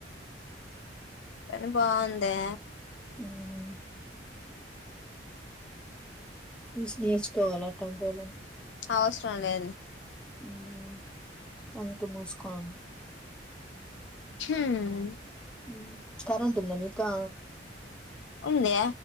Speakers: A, on the left; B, in the centre.
A: పని బావుందే
B: హమ్ చూసి నేర్చుకోవాలి అట్లాంటోలని
A: అవసరం లేద్లే
B: హమ్ అందుకే మూసుకొని ఉన్న
A: హమ్
B: హమ్ కరెంట్ ఉందా మీకా
A: ఉంది